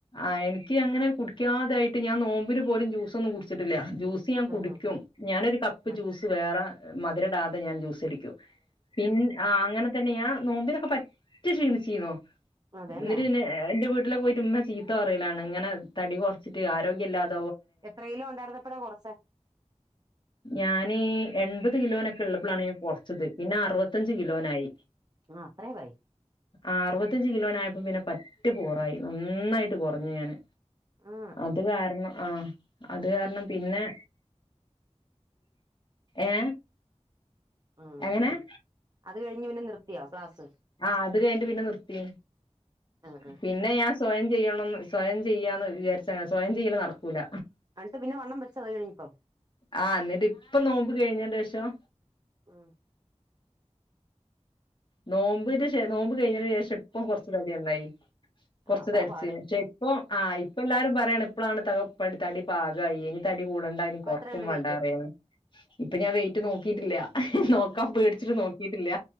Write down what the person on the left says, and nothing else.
ആഹ് എനിക്ക് അങ്ങനെ കുടിക്കാതായിട്ട് ഞാൻ നോമ്പിന് പോലും ജ്യൂസൊന്നും കുടിച്ചിട്ടില്ല ജ്യൂസ് സ് ഞാൻ
കുടിക്കും
ഞാനൊരു കപ്പ്
ജ്യൂസ് വേറെ മധുര ഇടാതെ ഞാൻ ജ്യൂസടി ക്കും പിൻ ആ അങ്ങനെ തന്നെ ഞാൻ നോമ്പിനൊക്കെ പറ്റ് ക്ഷീണിച്ചീന്നു
എന്നിട്ട് പിന്നെ എന്റെ വീട്ടിലൊക്കെ പോയിട്ട് ഉമ്മ ചീത്ത പറയലാണ് ഇങ്ങനെ തടി കൊറച്ചിട്ട് ആരോഗ്യം ഇല്ലാതെ
ഞാന് എൺപത് കിലോനൊക്കെ ഉള്ളപ്പോളാണ് ഞാൻ കുറച്ചത് പിന്നെ അറുപത്തഞ്ച് കിലോനായി
ആഹ് അറുപത്തഞ്ച് കിലോനായപ്പോ പിന്നെ പറ്റ് പോറായി നന്നായിട്ട് കുറഞ്ഞു ഞാന്
അത് കാരണം ആഹ് അത് കാരണം പിന്നെ ഏ
എങ്ങനെ
ആഹ് അത് കഴിഞ്ഞിട്ട് പിന്നെ നിർത്തി
പിന്നെ
ഞാൻ സ്വയം ചെയ്യണംന്ന് സ്വയം ചെയ്യാന്ന് വിചാരിച്ച് സ്വയം ചെയ്യല് നടക്കൂല
ആ എന്നിട്ട് ഇപ്പം നോമ്പ് കയ്ഞ്ഞേൻ്റെഷം.
നോമ്പ്ന് ഛെ നോമ്പ് കഴിഞ്ഞതിന് ശേഷം ഇപ്പ കൊർച്ച് തടിന്നായി കൊർച്ച്
തട്ച്ച്
പക്ഷെ ഇപ്പം ആയ് ഇപ്പ എല്ലാരും പറ്യാണ് ഇപ്പളാണ് ത തടി പാകായെ ഇനി തടി കൂടണ്ട ഇനി
കൊർക്കും
വേണ്ട
പറ്യാണ്. ഇപ്പം ഞാൻ വെയ്റ്റ് നോക്കിട്ടില്ല നോക്കാൻ പേട്ച്ചിട്ട് നോക്കിട്ടില്ല.